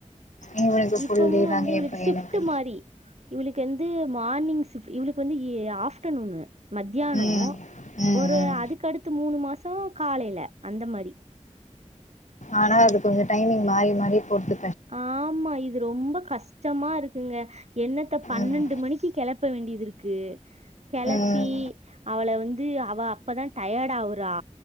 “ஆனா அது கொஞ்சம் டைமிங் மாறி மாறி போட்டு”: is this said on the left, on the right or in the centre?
Left